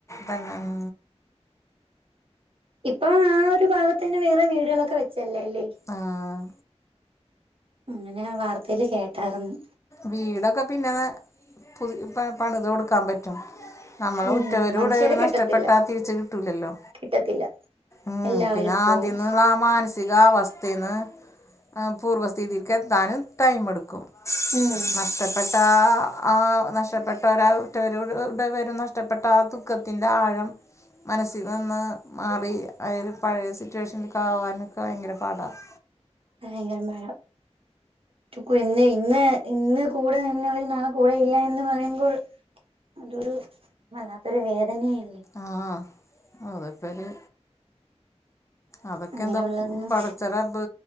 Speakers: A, on the left; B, on the right.
A: തന്നെ ഉം
B: ഇപ്പൊ ആഹ് ഒരു ഭാഗത്തതന്നെ വേറെ വീടുകളൊക്കെ വെച്ചല്ലേല്ലേ
A: ആഹ്
B: അങ്ങനെ വാർത്തേല് കേട്ടാരുന്നു
A: വീടൊക്കെ പിന്നെ പുതി പണിത് കൊടുക്കാം പറ്റും നമ്മള
B: ഉം
A: ഉറ്റവരും
B: മനുഷ്യരെ
A: ഉടയവരും
B: കിട്ടത്തില്ല
A: നഷ്ടപ്പെട്ടാ തിരിച്ച കിട്ടൂലല്ലോ
B: കിട്ടത്തില്ല
A: ഉം
B: എല്ലാവരും
A: പിന്നെ
B: പോവും
A: ആദ്യന്നുള്ള ആ മാനസികാവസ്ഥ അവസ്തിന്ന് പൂർവസ്ഥിതിക്ക് എത്താനും ടൈമ് എടുക്കും
B: ഉം
A: നഷ്ടപ്പെട്ട താ ആഹ് നഷ്ടപ്പെട്ടരാ ഉറ്റവരും ഉടയവരും നഷ്ടപ്പെട്ട ആഹ് ദുഃഖത്തിന്റെ ആഴം മനസ്സിൽ നിന്ന് മാറി ആയോരു പഴയ സിറ്റുവേഷനിലക്ക് ആവാനൊക്കെ ഭയങ്കര പാടാണ്
B: ഭയങ്കരമയ പിന്നെ ഇന്ന് ഇന്ന് കൂടെ നിന്നവര് നാളെ കൂടെ ഇല്ല എന്ന് പറയുമ്പോൾ അതൊരു വല്ലാത്തൊരു വേദനെണ്
A: ആഹ് അഹ്പ്പൊര് അതൊക്കെ
B: അങ്ങനെയുള്ളതൊന്നും
A: എന്താ പടച്ചറബ്ബ്